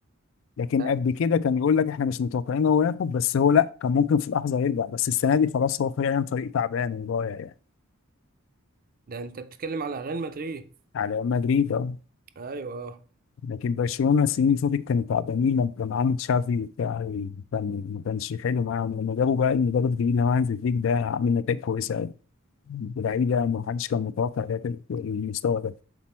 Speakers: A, on the left; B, on the right.
A: لكن
B: ده
A: قبل كده كان يقول لك احنا مش متوقعين هو ياخد بس هو لا كان ممكن في لحظه يرجع بس السنه دي خلاص هو فعلا فريق تعبان وضايع يعني
B: ده انت بتتكلم على ريال مدريد
A: على مدريد اه
B: ايوه آه.
A: لكن برشلونه السنين اللي فاتت كانوا تعبانين لما كان معاهم تشافي وبتاع كان ما كانش حلو معاهم لما جابوا بقى المدرب الجديد اللي هو هانز فليك ده عامل نتائج كويسه قوي ولاعيبه ما حدش كان متوقع ده المستوى ده